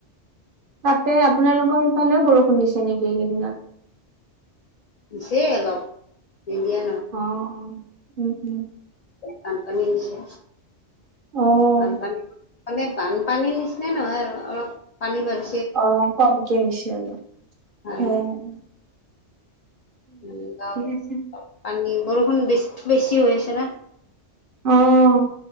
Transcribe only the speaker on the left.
ছে অলপ। নিদিয়া
বানপানী আহিছে,
বানপানী মানে বানপানীৰ নিচিনা নহয় আৰু, অলপ পানী বাঢ়ি
হয়
উম,
পানী বৰষুণ বেছি-বেছি হৈছে না?